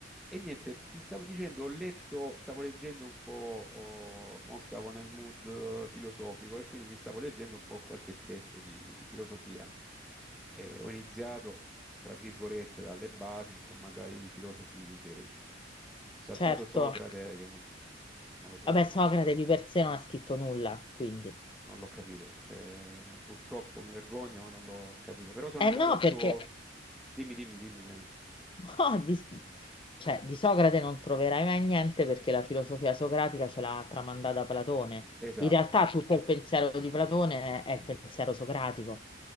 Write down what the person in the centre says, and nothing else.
E niente, ti stavo dicendo, ho letto, stavo leggendo un po', oh, mo stavo nel mood eh, filosofico e quindi mi stavo leggendo un po' qualche testo di filosofia. E ho iniziato, tra virgolette, dalle basi, insomma, dai filosofi greci. Ho saltato
Socrate, che non, non lo so,
non l'ho capito. Cioè, purtroppo mi vergogno, ma non l'ho capito. Però sono
andato
al
suo... Dimmi, dimmi, dimmi. Clem.
Esatto.